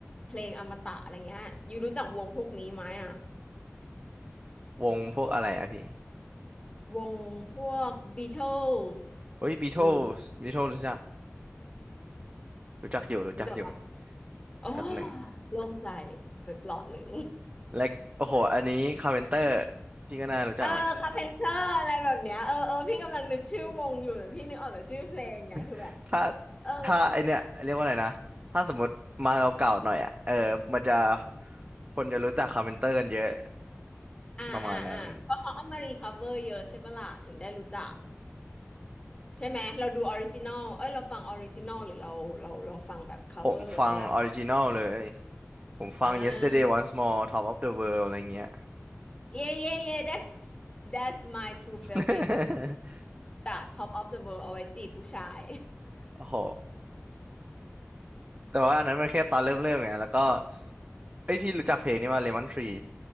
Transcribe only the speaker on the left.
เพลงอมตะอะไรเงี้ยยูรู้จักวงพวกนี้ไหมอ่ะ
วงพวก Beatles
หรือ
รู้จักปะโอ้
โล่งใจไปเปลาะหนึ่ง
เออคาเพนเตอร์อะไรแบบเนี้ยเออเออพี่กำลังนึกชื่อวงอยู่แต่พี่นึกออกแต่ชื่อเพลงไงคือแบบ
เออ
อ่าอ่าอ่าเพราะเขาเอามารีคัฟเวอร์เยอะใช่ปะล่ะถึงได้รู้จัก
ใช่ไหมเราดูออริจินอลเอ้ยเราฟังออริจินอลหรือเราเราเราฟังแบบคัฟเวอร์แล้วแหละ
อ่า
เย่เย่เย่ that's that's my two
favorite จาก Top of the World เอาไว้จีบผู้ชาย